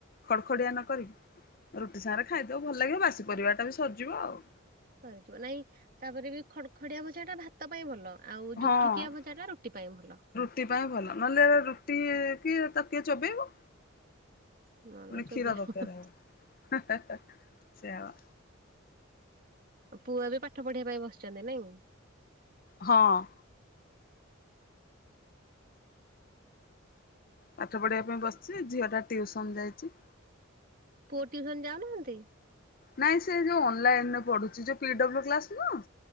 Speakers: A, on the left; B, on the right.
A: ଖଡ ଖଡିଆ ନ କରିକି ରୁଟି ସାଙ୍ଗରେ ଖାଇଦୋବୁ ଭଲ ଲାଗିବ ବାସି ପରିବାଟା ବି ସରିଯିବ ଆଉ।
B: ସରିଯିବ ନାଇଁ ତାପରେ ବି ଖଡ୍ ଖଡିଆ ଭଜାଟା ଭାତ ପାଇଁ ଭଲ। ଆଉ ଜୁକ୍
A: ହଁ
B: ଜୁକିଆ ଭଜାଟା ରୁଟି ପାଇଁ ଭଲ।
A: ରୁଟି ପାଇଁ ଭଲ ନହେଲେ ରୁଟି କିଏ ତାକୁ କିଏ ଚୋବେଇବ।
B: ନହେଲେ
A: ପୁଣି
B: ଚୋବେଇ
A: କ୍ଷୀର ଦରକାର
B: ହବନି
A: ହବ। ସେଇଆ ପା।
B: ପୁଅ ଏବେ ପାଠ ପଢିବା ପାଇଁ ବସିଚନ୍ତି ନାଇଁ?
A: ହଁଅ। ପାଠ ପଢିବା ପାଇଁ ବସିଚି ଝିଅଟା ଟିଉସନ୍ ଯାଇଚି।
B: ପୁଅ ଟିଉସନ୍ ଯାଉନାହାନ୍ତି?
A: ନାଇଁ ସେ ଯୋଉ ଅନଲାଇନରେ ପଢୁଚି ଯୋଉ ପୀଡବ୍ଲୁ କ୍ଲାସ ନୁହଁ।